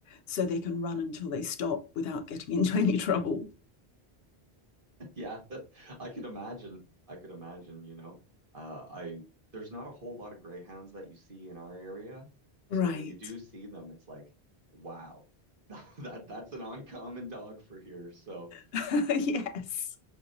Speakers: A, on the left; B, on the right.
A: so they can run until they stop without getting into <laughs> any trouble
B: Yeah, <laughs> I could imagine. I could imagine, you know. Uh, I there's not a whole lot of greyhounds that you see in our area. So
A: right
B: when you do see them, it's like, wow, <laughs> that that's an uncommon dog for here. So
A: <laughs> yes